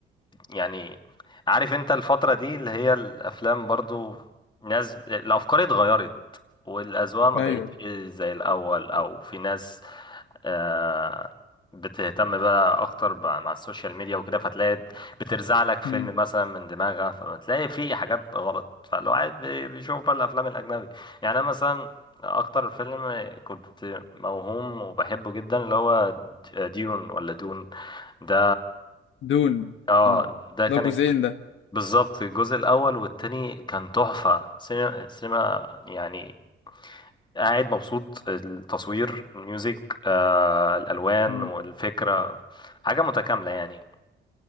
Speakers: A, on the left; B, on the left.
A: يعني عارف انت الفترة دي اللي هي الافلام برضو ناس الافكار اتغيرت والاذواق ما بقتش
B: ايوه
A: زي الاول او في ناس آه، بتهتم بقى اكتر بقى مع السوشيال ميديا وكده فتلاقي بترزع لك فيلم
B: امم
A: مثلا من دماغها فبتلاقي فيه حاجات غلط فالواحد بي- بيشوف بقى الافلام الاجنبي يعني انا مثلا اكتر فيلم كنت موهوم وبحبه جدا اللي هو د- آه، ديون ولا دون ده
B: دون
A: اه
B: اه
A: ده كان
B: ده جزئين ده
A: بالظبط الجزء الاول والتاني كان تحفة سينما سينما يعني قاعد مبسوط التصوير الميوزك آه الالوان
B: امم
A: والفكره حاجه متكامله يعني